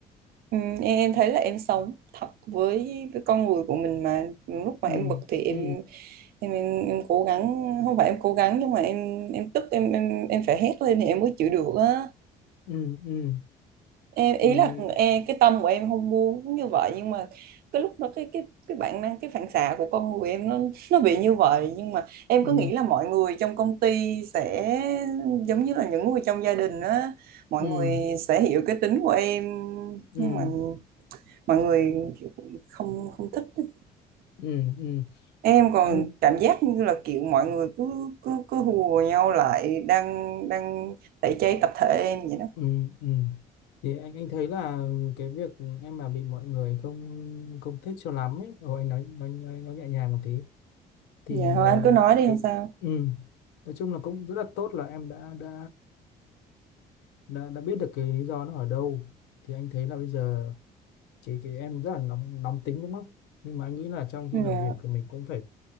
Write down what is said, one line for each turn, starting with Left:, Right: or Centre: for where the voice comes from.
Right: ừm, em em thấy là em sống thật với với con người của mình mà lúc mà
Left: ừ
Right: em bực thì em
Left: ừ
Right: em em, em cố gắng không phải em cố gắng nhưng mà em em tức em em em phải hét lên thì em mới chịu được á
Left: ừ ừ
Right: em
Left: thì
Right: ý là em cái tâm của em không muốn như vậy nhưng mà cái lúc đó cái cái cái bản năng cái phản xạ của con người em nó nó bị như vậy nhưng mà em
Left: ừ
Right: cứ nghĩ là mọi người trong công ty sẽ giống như là những người trong gia đình á mọi
Left: ừ
Right: người sẽ hiểu cái tính của em
Left: ừ
Right: nhưng mà mọi người kiểu không không thích á.
Left: ừ ừ
Right: em còn
Left: anh
Right: cảm giác như là kiểu mọi người cứ cứ cứ hùa nhau lại đang đang tẩy chay tập thể em vậy đó
Left: Ừ, ừ. Thì anh anh thấy là cái việc em mà bị mọi người không không thích cho lắm ấy, rồi anh nói nói nói, nói nhẹ nhàng một tí thì
Right: dạ thôi
Left: ờ,
Right: anh cứ nói đi
Left: cái
Right: không sao
Left: ừ. Nói chung là cũng rất là tốt là em đã đã đã đã biết được cái lý do nó ở đâu thì anh thấy là bây giờ cái cái em rất là nóng nóng tính đúng không? Nhưng mà anh nghĩ là trong khi
Right: dạ
Left: làm việc thì mình cũng phải,